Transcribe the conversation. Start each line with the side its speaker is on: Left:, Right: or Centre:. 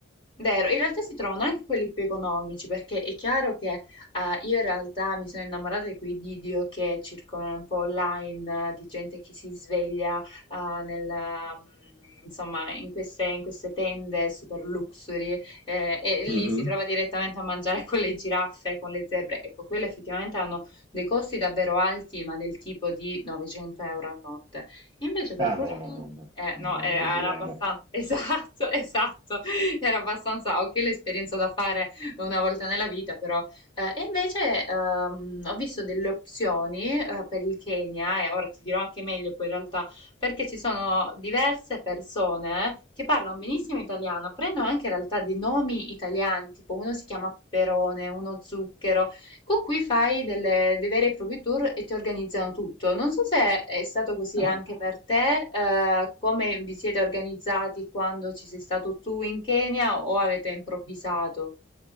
Left: Vero, in realtà si trovano anche quelli più economici, perché è chiaro che eh, io in realtà mi sono innamorata di quei video che circolano un po' online, eh, di gente che si sveglia eh, nella- mh, insomma, in queste, in queste tende super luxury eh, e lì
Right: Mhm.
Left: si trova direttamente a mangiare con le giraffe, con le zebre. Ecco, quelle effettivamente hanno dei costi davvero alti, ma del tipo di 900 euro a notte. Invece, per
Right: Ah,
Left: fortuna...
Right: no, no, no, no,
Left: Eh, no,
Right: non
Left: eh, era
Right: esageriamo.
Left: abbastanza, <laughs> esatto, esatto. <laughs> Era abbastanza ok l'esperienza da fare una volta nella vita, però. Eh, e invece ehm, ho visto delle opzioni eh, per il Kenya, e ora ti dirò anche meglio poi in realtà, perché ci sono diverse persone che parlano benissimo italiano, prendono anche in realtà dei nomi italiani, tipo uno si chiama Peperone, uno Zucchero. Con cui fai delle, dei veri e propri tour e ti organizzano tutto. Non so se è stato così
Right: Ah.
Left: anche per te, eh, come vi siete organizzati quando ci sei stato tu in Kenya o avete improvvisato?